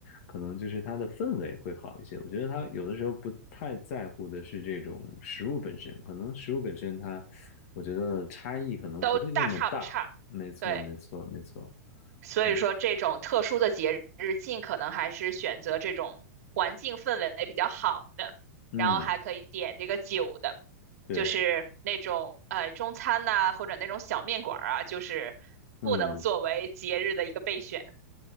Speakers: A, on the left; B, on the right.
A: 可能就是它的氛围会好一些。我觉得他有的时候不太在乎的是这种食物本身，可能食物本身它，我觉得差异可能不会那么大。
B: 都大差不差。
A: 没错，
B: 对，
A: 没错，没错。
B: 所以说这种特殊的节日，
A: 嗯
B: 尽可能还是选择这种环境氛围比较好的，
A: 嗯，
B: 然后还可以点这个酒的，
A: 对，
B: 就是那种呃中餐呐、或者那种小面馆儿啊，就是不能作为节日的一个备选。
A: 嗯